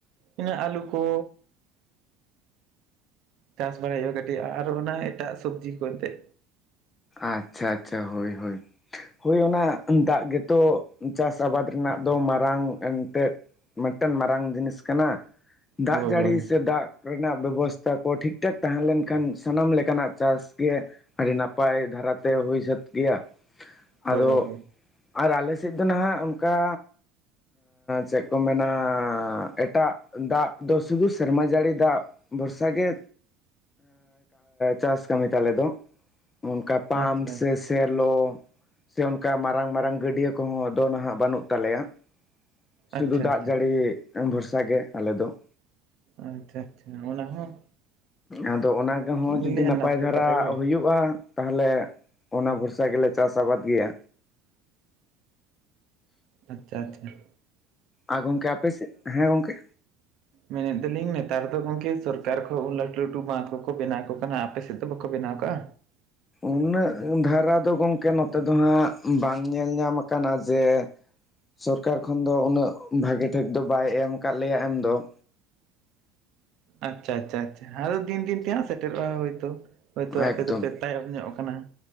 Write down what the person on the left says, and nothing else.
ᱟᱪᱪᱷᱟ ᱟᱪᱪᱷᱟ ᱦᱳᱭ ᱦᱳᱭ ᱦᱳᱭ ᱚᱱᱟ ᱫᱟᱜ ᱜᱮᱛᱚ ᱪᱟᱥ ᱟᱵᱟᱫᱽ ᱨᱮᱱᱟᱜ ᱫᱚ ᱢᱟᱨᱟᱝ ᱮᱱᱛᱮᱫ ᱢᱤᱫᱴᱮᱱ ᱢᱟᱨᱟᱝ ᱡᱤᱱᱤᱥ ᱠᱟᱱᱟ᱾ ᱫᱟᱜ
ᱡᱟᱹᱲᱤ
ᱥᱮ ᱫᱟᱜ ᱨᱮᱱᱟᱜ ᱵᱮᱵᱚᱥᱛᱷᱟ ᱠᱚ ᱴᱷᱤᱠ ᱴᱷᱟᱠ ᱛᱟᱦᱮᱸ ᱞᱮᱱᱠᱷᱟᱱ ᱥᱟᱱᱟᱢ ᱞᱮᱠᱟᱱᱟᱜ ᱪᱟᱥ ᱜᱮ ᱟᱹᱰᱤ ᱱᱟ ᱯᱟᱭ ᱫᱷᱟᱨᱟ ᱛᱮ ᱦᱩᱭ ᱥᱟᱹᱛ ᱜᱮᱭᱟ᱾ ᱟᱫᱚ
ᱟᱨ ᱟᱞᱮ ᱥᱮᱫ ᱫᱚ ᱱᱟᱦᱟᱜ ᱚᱱᱠᱟ ᱪᱮᱫ ᱠᱚ ᱢᱮᱱᱟ ᱮᱴᱟᱜ ᱫᱟᱜ ᱫᱚ ᱥᱩᱫᱷᱩ ᱥᱮᱨᱢᱟ ᱡᱟᱹᱲᱤ ᱫᱟᱜ ᱵᱚᱨᱥᱟ ᱜᱮ ᱪᱟᱥ ᱠᱟᱹᱢᱤ ᱛᱟᱞᱮ ᱫᱚ ᱾ ᱚᱱᱠᱟ ᱯᱟᱢᱯ
ᱥᱮ ᱥᱮᱞᱚ ᱥᱮ ᱚᱱᱠᱟ ᱢᱟᱨᱟᱝ ᱢᱟᱨᱟᱝ ᱜᱟᱹᱰᱭᱟᱹ ᱠᱚᱦᱚᱸ ᱫᱚ ᱱᱟᱦᱟᱜ ᱵᱟᱹᱱᱩᱜ ᱛᱟᱞᱮᱭᱟ ᱾ ᱥᱩᱫᱷᱩ
ᱫᱟᱜ
ᱡᱟᱹᱲᱤ ᱵᱷᱚᱨᱥᱟ ᱜᱮ ᱟᱞᱮ ᱫᱚ ᱾
ᱟᱫᱚ ᱚᱱᱟ ᱜᱮᱦᱚᱸ
ᱡᱩᱫᱤ
ᱱᱟᱯᱟᱭ ᱫᱷᱟᱨᱟ
ᱦᱩᱭᱩᱜᱼᱟ᱾ ᱛᱟᱦᱚᱞᱮ ᱚᱱᱟ ᱵᱷᱚᱨᱥᱟ ᱜᱮᱞᱮ ᱪᱟᱥ ᱟᱵᱟᱫᱽ ᱜᱮᱭᱟ᱾
ᱟᱨ ᱜᱚᱢᱠᱮ ᱟᱯᱮ ᱥᱮᱫ? ᱦᱮᱸ ᱜᱚᱢᱠᱮ
ᱩᱱᱟᱹᱜ ᱫᱷᱟᱨᱟ ᱫᱚ ᱜᱚᱢᱠᱮ ᱱᱚᱛᱮ ᱫᱚ ᱦᱟᱸᱜ ᱵᱟᱝ ᱧᱮᱞ ᱧᱟᱢ ᱟᱠᱟᱱᱟ ᱡᱮ ᱥᱚᱨᱠᱟᱨ ᱠᱷᱚᱱ ᱫᱚ ᱩᱱᱟᱹᱜ ᱵᱷᱟᱜᱤ ᱴᱷᱤᱠ ᱫᱚ ᱵᱟᱭ ᱮᱢ ᱟᱠᱟᱫ ᱞᱮᱭᱟ ᱮᱢ ᱫᱚ ᱾
ᱮᱠᱫᱚᱢ